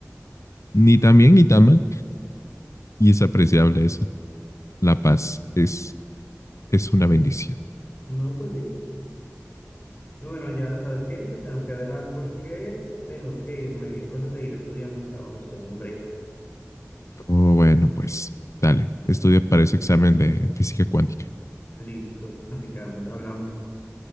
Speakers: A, on the left; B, on the left.
A: ni tan bien ni tan mal, y es apreciable eso. La paz es, es una bendición.
B: No, pues sí. Y bueno, ya sabes qué, te tengo que dejar porque tengo que irme pues a seguir estudiando, estaba justo en un break.
A: Oh, bueno, pues dale, estudia para ese examen de física cuántica.
B: Listo, <laughs> así que vamos, hablamos.